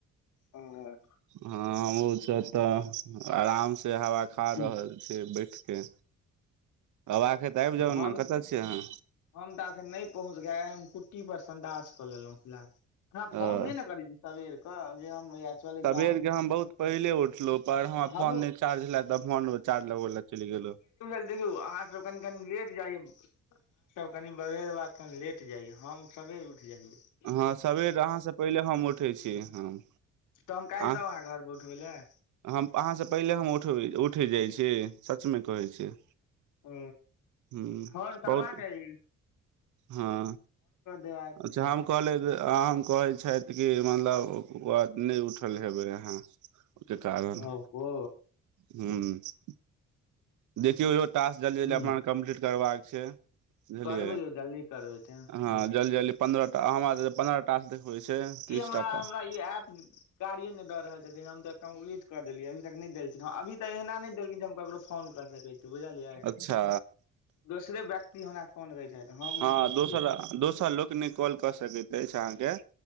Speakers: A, on the left; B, on the right.
A: हं
B: हँ हमहु छ ओतऽ आराम से हवा खा
A: ठीक।
B: रहल छी बठि के अबाक अई त आबि जाउ
A: हम
B: ने कतऽ छियै अहाँ
A: हम त एखन नय पहुँच किया कि हम कुट्टी पर संन्ढास कऽ लेलौं फिलहाल अहॉं फोन
B: अ
A: नय ने करै छी सबेर कऽ जे हम चलै
B: सबेर
A: छी
B: के हम बहुत पहिले उठलू पर हमर
A: हमहूँ
B: फोन नय चार्ज छेलए तऽ फोन चार्ज लगबय लए चलि गेलौ
A: देखू अहाँ सब कानी कनि लेट जाइय सब कनि बगल बात तनि लेट जाइय हम सबेर उठि जाइयै
B: हँ सबेर अहाँसँ पहिले हम उठै छी हम
A: तऽ हम काल्हि
B: आंह्
A: सब अहाँ घर पर उठबै लए
B: हम अहाँसँ पहिले हम उठबै उठ उठि जाइ छी सच मे कहै छी
A: ओ
B: हूँ
A: फोन करबाक
B: बहुत
A: अई
B: हँ
A: देबाक
B: अच्छा
A: रही
B: हम कहलिय कहै छथि कि मतलब ओ बात नय उठल हेबै अहाँ ओईके कारण
A: ओहो
B: हूं देखियौ इहो टास्क जल्दी जल्दी
A: ह
B: अपना कम्प्लीट करबाक छै बुझलियै
A: करबै यौ जल्दी करबै टाइम
B: हँ
A: नहि लिअ
B: जल्दी जल्दी पन्द्रह टा हमरा त पन्द्रह टास्क होइछै तीस
A: ई हमरा
B: टा टास्क
A: हमरा ई ऐप कार्ये नय दऽ रहल छथिन हम तऽ कम्पलीट कऽ देलियै अभी तक नय देलखिन अभी त एहना नय देलखिन जे हम ककरो फोन क सकै छी बुझलियै
B: अच्छा
A: दोसरे व्यक्ति हमरा फोन करै छथि हम
B: हँ
A: नहि कऽ
B: दोसर
A: सकै छी
B: दोसर लोकनिक कॉल कऽ सकति अछि अहाँके